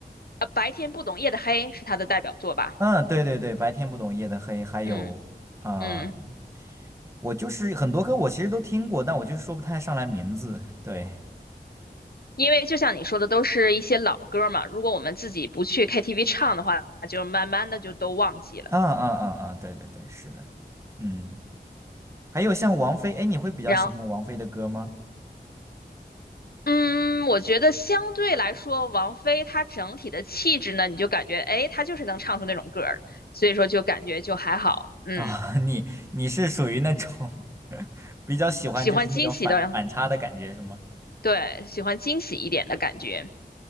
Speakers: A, on the left; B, on the right.
A: 呃白天不懂夜的黑是他的代表作吧，
B: 嗯，对对对，白天不懂夜的黑，还有啊、
A: 嗯嗯，
B: 呃我就是很多歌我其实都听过，但我就是说不太上来名字。对，
A: 因为就像你说的，都是一些老歌嘛，如果我们自己不去 KTV 唱的话，就慢慢的就都忘记了，
B: 嗯嗯嗯嗯，对对对，是的，嗯，还有像王菲，哎，你会比较喜欢王菲的歌吗？
A: 然后。嗯，我觉得相对来说，王菲她整体的气质呢，你就感觉，哎，她就是能唱出那种歌儿的所以说就感觉就还好，嗯。
B: 啊、<laughs> 你你是属于那种 <laughs> 比较喜欢就是那种反反差的感觉是吗？
A: 喜欢惊喜的，对，喜欢惊喜一点的感觉。